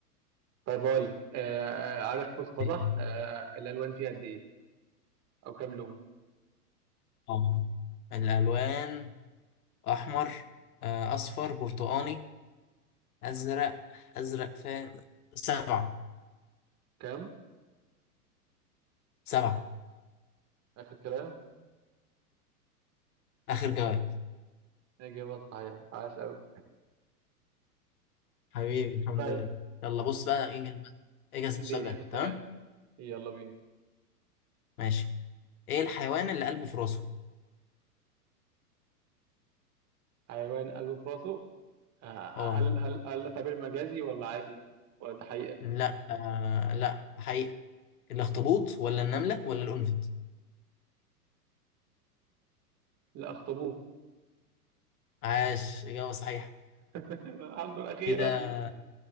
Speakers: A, on the right (about 35°); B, on the left (about 65°).
A: طيب أقول لك آه آه، عارف قوس قزح
B: <laughs>
A: آه الألوان فيه قد إيه؟ أو كام لون؟
B: اه الالوان أحمر آه، أصفر برتقاني أزرق أزرق فين سبعة
A: كام؟
B: سبعة
A: آخر كلام؟
B: آخر جواب
A: إجابة صحيحة عاش أوي
B: حبيبي الحمد
A: طيب
B: لله يلا بص بقى اجهز بقى اجهز السؤال
A: اديني
B: ده
A: اخر سؤال
B: تمام
A: يلا بينا
B: ماشي ايه الحيوان اللي قلبه في راسه
A: حيوان قلبه في راسه آه،
B: اه
A: هل هل هل ده تعبير مجازي ولا عادي ولا ده حقيقة؟
B: لا آه لا حقيقة الاخطبوط ولا النملة ولا القنفذ
A: لا اخطبوط
B: عاش إجابة صحيحة
A: <laughs> الحمد لله اخيرا
B: كده